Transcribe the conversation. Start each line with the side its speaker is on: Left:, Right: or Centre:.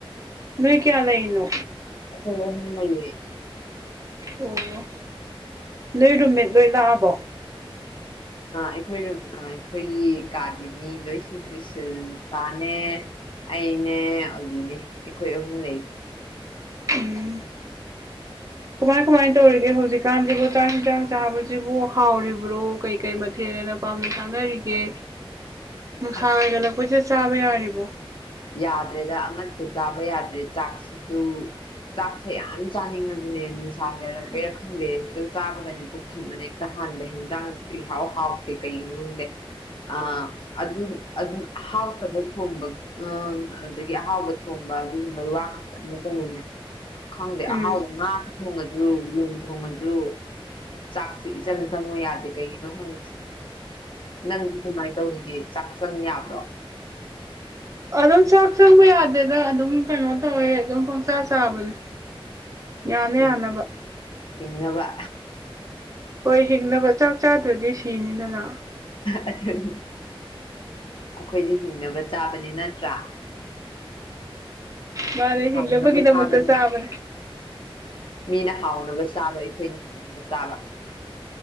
Right: ꯅꯣꯏ ꯀꯌꯥ ꯂꯩꯔꯤꯅꯣ
Left: ꯑꯈꯣꯏ ꯑꯍꯨꯝꯅ ꯅꯩꯌꯦ
Right: ꯑꯣ ꯑꯣ ꯅꯣꯏ ꯔꯨꯝꯃꯦꯠ ꯂꯣꯏ ꯂꯥꯛꯑꯕꯣ꯫
Left: ꯑꯈꯣꯏꯅ ꯑꯥ ꯑꯩꯈꯣꯏꯒꯤ ꯀꯥꯒꯤ ꯃꯤ ꯂꯣꯏ ꯁꯨꯗ꯭ꯔꯤ ꯁꯤꯜꯄꯥꯅꯦ ꯑꯩꯅꯦ ꯑꯂꯤꯅꯦ ꯑꯩꯈꯣꯏ ꯑꯍꯨꯝ ꯂꯩ
Right: ꯎꯝ ꯀꯃꯥꯏ ꯀꯃꯥꯏ ꯇꯧꯔꯤꯒꯦ ꯍꯧꯖꯤꯛꯀꯥꯟꯖꯤꯕꯨ ꯆꯥꯛ ꯍꯤꯟꯖꯥꯡ ꯆꯥꯕꯖꯤꯕꯨ ꯍꯥꯎꯔꯤꯕ꯭ꯔꯣ ꯀꯩꯀꯩ ꯃꯊꯦꯜꯅ ꯄꯥꯝꯅ ꯆꯥꯅꯔꯤꯒꯦ ꯅꯨꯡꯁꯥ
Left: ꯑꯁ
Right: ꯍꯥꯏꯒꯠꯂꯛꯄꯁꯤꯗ ꯆꯥꯕ ꯌꯥꯔꯤꯕꯣ
Left: ꯌꯥꯗ꯭ꯔꯦꯗ ꯑꯃꯇ ꯆꯥꯕ ꯌꯥꯗ꯭ꯔꯦ ꯆꯥꯛꯁꯨ ꯆꯥꯛꯁꯦ ꯌꯥꯝ ꯆꯥꯅꯤꯡꯉꯖꯨꯅꯦ ꯅꯨꯡꯁꯥ ꯍꯥꯏꯒꯠꯂꯛꯄꯩꯔꯥ ꯈꯪꯗꯦ ꯍꯦꯛꯇ ꯆꯥꯕꯒꯅꯦ ꯄꯨꯛ ꯊꯟꯕꯅ ꯍꯦꯛꯇ ꯍꯥꯟꯕ ꯍꯦꯟꯖꯥꯡꯁꯨ ꯏꯍꯥꯎ ꯍꯥꯎꯇꯦ ꯀꯩꯒꯤꯅꯣ ꯈꯪꯗꯦ ꯑꯥ ꯑꯗꯨ ꯑꯗꯨ ꯍꯥꯥꯎꯇꯕ ꯊꯣꯡꯕ ꯑꯥ ꯑꯗꯨꯗꯒꯤ ꯑꯍꯥꯎꯕ ꯊꯣꯡꯕ ꯑꯗꯨꯒꯨꯝꯕ ꯋꯥ ꯈꯛꯇ ꯊꯣꯡꯉꯤꯅꯦ ꯈꯪꯗꯦ
Right: ꯎꯝ
Left: ꯑꯍꯥꯎ ꯉꯥ ꯊꯣꯡꯉꯥꯥꯁꯨ ꯌꯦꯟ ꯊꯣꯡꯉꯥꯁꯨ ꯆꯥꯛꯁꯤ ꯏꯆꯪ ꯈꯪꯉꯨ ꯌꯥꯗꯦ ꯀꯩꯒꯤꯅꯣ ꯈꯪꯗꯦ ꯅꯪꯗꯤ ꯀꯃꯥꯏ ꯇꯧꯔꯤꯒꯦ ꯆꯥꯛ ꯆꯪ ꯌꯥꯕ꯭ꯔꯣ
Right: ꯑꯗꯨꯝ ꯆꯥꯛ ꯆꯪꯕ ꯌꯥꯗꯦꯗ ꯑꯗꯨꯝ ꯀꯩꯅꯣ ꯇꯧꯋꯦ ꯑꯗꯨꯝ ꯄꯪꯆꯥꯥ ꯆꯥꯕꯅꯤ ꯌꯥꯅ
Left: ꯍꯤꯡ
Right: ꯌꯥꯅꯕ
Left: ꯍꯤꯡꯅꯕ
Right: ꯍꯣꯏ ꯍꯤꯡꯅꯕ ꯆꯥꯛ ꯆꯥꯗ꯭ꯔꯗꯤ ꯁꯤꯅꯤꯗꯅ
Left: ꯑꯗꯨꯅꯤ ꯑꯈꯣꯏꯗꯤ ꯍꯤꯡꯅꯕ ꯆꯥꯕꯅꯦ ꯅꯠꯇ꯭ꯔꯥ
Right: ꯃꯥꯅꯦ ꯍꯤꯡꯅꯕꯒꯤꯗꯃꯛꯇ
Left: ꯍꯥꯎꯅꯕ ꯆꯥꯕꯅꯤ
Right: ꯆꯥꯕꯅꯦ
Left: ꯃꯤꯅ ꯍꯥꯎꯅꯕ ꯆꯥꯕ ꯑꯩꯈꯣꯏꯅ ꯍꯤꯡꯅꯕ ꯆꯥꯕ